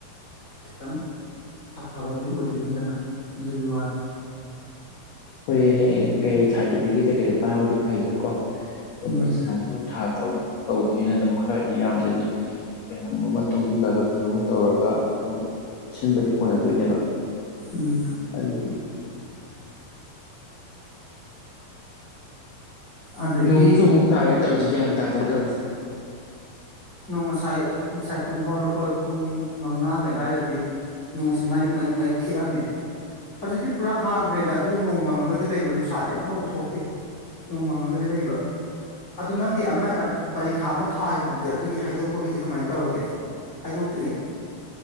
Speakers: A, on the left; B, on the left.
A: ꯈꯤꯇꯪ ꯁꯥꯐꯕꯗꯤ ꯑꯣꯏꯗꯣꯏꯅꯤꯗꯅ ꯑꯗꯨꯒꯤ ꯋꯥꯅꯦ
B: ꯍꯣꯏꯌꯦ ꯍꯌꯦꯡ ꯀꯩ ꯁꯥꯔꯇꯤꯐꯤꯀꯦꯠ ꯀꯩꯀꯩꯗꯣ ꯄꯥꯢꯍꯧꯔꯗꯤ ꯐꯩꯗꯅꯀꯣ ꯑꯗꯨꯝ
A: ꯎꯝ
B: ꯄꯩꯁꯥꯁꯨ ꯊꯥ ꯇꯥꯔꯨꯛ ꯇꯧꯗꯣꯏꯅꯤꯅ ꯑꯗꯨꯝ ꯈꯔꯗꯤ ꯌꯥꯝꯗꯣꯏꯅ ꯀꯩꯅꯣꯝ ꯑꯃ ꯇꯨꯡꯁꯤꯜꯂꯒ ꯀꯩꯅꯣꯝꯃ ꯇꯧꯔꯒ ꯑꯗꯨꯝ ꯁꯤꯟꯕꯗꯤ ꯀꯣꯟꯅꯗꯣꯏꯅꯦꯕ
A: ꯎꯝ
B: ꯑꯩꯒꯤ
A: ꯑꯗꯒꯤ
B: ꯅꯣꯡꯁꯨ ꯑꯃꯨꯛ ꯇꯥꯔꯦ ꯇꯧꯔꯤꯁꯤ ꯒ꯭ꯌꯥꯟ ꯇꯥꯗꯦꯅꯦ ꯇꯧꯔꯤꯁꯤ
A: ꯅꯣꯡ ꯉꯁꯥꯏ ꯑ ꯉꯁꯥꯏ ꯇꯨꯝ ꯍꯧꯜꯂꯛꯄ ꯄꯨꯡ ꯃꯉꯥꯒꯤ ꯑꯗꯥꯏꯗꯗꯤ ꯅꯣꯡꯁꯤ ꯃꯔꯤꯛ ꯃꯔꯤꯛ ꯃꯔꯤꯛ ꯈꯤꯛꯑꯝꯃꯦ ꯍꯧꯖꯤꯛꯇꯤ ꯄꯨꯔꯥ ꯍꯥꯡꯈ꯭ꯔꯦꯗ ꯑꯗꯨꯒ ꯅꯣꯡ ꯃꯪꯉꯒꯗꯤ ꯂꯩꯕ ꯅꯨꯡꯁꯥꯗꯤ ꯑꯃꯐꯥꯎ ꯊꯣꯛꯇꯦ ꯅꯣꯡꯃꯪꯉꯒꯗꯤ ꯂꯩꯕ ꯑꯗꯨ ꯅꯪꯒꯤ ꯑꯃ ꯄꯔꯤꯈꯥ ꯑꯃ ꯊꯥꯒꯤꯈꯤꯕꯗꯨꯗꯤ ꯑꯗꯨꯒꯤ ꯍꯥꯏꯗꯣꯛꯄꯒꯤꯗꯤ ꯀꯃꯥꯏꯅ ꯇꯧꯔꯒꯦ ꯍꯥꯏꯗꯣꯛꯇ꯭ꯔꯤ